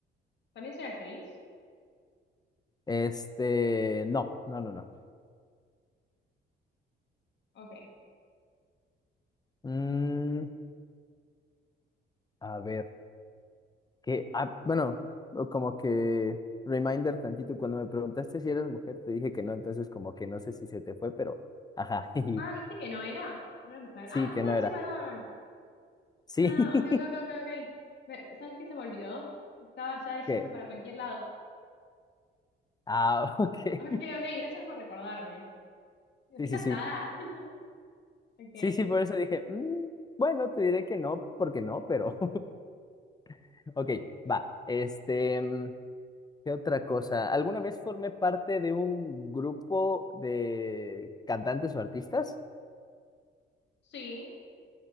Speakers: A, on the left; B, on the left.
A: ¿También soy actriz?
B: Este, no, no, no, no.
A: Ok.
B: Mm, a ver, que, ah, bueno, o como que reminder tantito, cuando me preguntaste si eras mujer, te dije que no, entonces como que no sé si se te fue, pero, ajá, <laughs> y
A: Ah, me dijiste que no era. No era mujer.
B: sí,
A: Ah, es verdad,
B: que no era.
A: soy varón.
B: Sí,
A: Ah,
B: <laughs>
A: ok, ok, ok, ok, ok. Me- ¿sabes qué se me olvidó? Estaba ya yéndome
B: que,
A: para cualquier lado.
B: ah, <laughs> ok.
A: Ok, ok, gracias por recordarme. ¿Estoy
B: Sí, sí,
A: casada?
B: sí.
A: <laughs> Ok.
B: Sí, sí, por eso dije, mm, bueno, te diré que no, porque no, pero, <laughs> ok, va. Este, mm, ¿Qué otra cosa? ¿Alguna vez formé parte de un grupo de cantantes o artistas?
A: Sí,